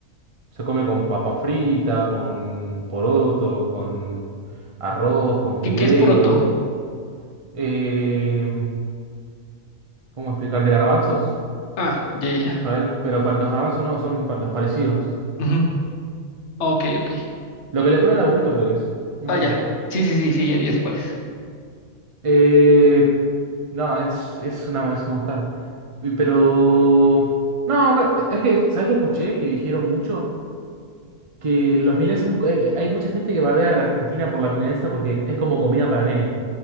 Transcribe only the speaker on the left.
¿Qué,
qué es poroto?
Ah, ya, ya, ya.
Ujú. Ok, ok.
Ah,
ya.
Sí, sí, sí, sí, ya, ya sé cuál es.